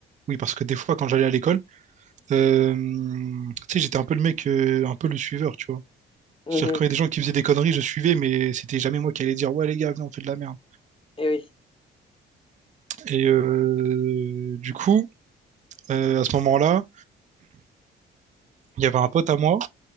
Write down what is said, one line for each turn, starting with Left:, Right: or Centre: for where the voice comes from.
Right: Oui, parce que des fois quand j'allais à l'école, euh, tu sais, j'étais un peu le mec, euh, un peu le suiveur, tu vois.
Left: Mhm.
Right: C'est-à-dire quand il y a des gens qui faisaient des conneries, je suivais, mais c'était jamais moi qui allais dire, ouais les gars, viens, on fait de la merde.
Left: Eh oui.
Right: Et euh, du coup, euh, à ce moment-là, il y avait un pote à moi,